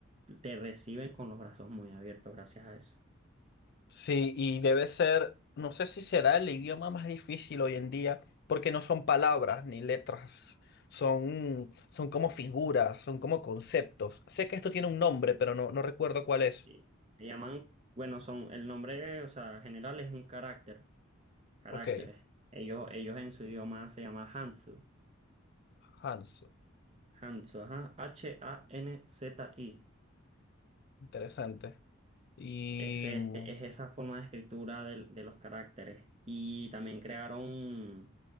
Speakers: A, on the right; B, on the left.
A: te reciben con los brazos muy abiertos gracias a eso.
B: Sí, y debe ser, no sé si será el idioma más difícil hoy en día, porque no son palabras ni letras, son, son como figuras, son como conceptos. Sé que esto tiene un nombre, pero no, no recuerdo cuál es.
A: Sí. Le llaman, bueno, son, el nombre, o sea, general es un carácter, caracteres.
B: Ok,
A: Ellos, ellos en su idioma se llama Hanzu.
B: Hans,
A: Hanzu, ajá, H-A-N-Z-I.
B: interesante. Y
A: Ese,
B: mm,
A: este, es esa forma de escritura del- de, los caracteres. Y también crearon,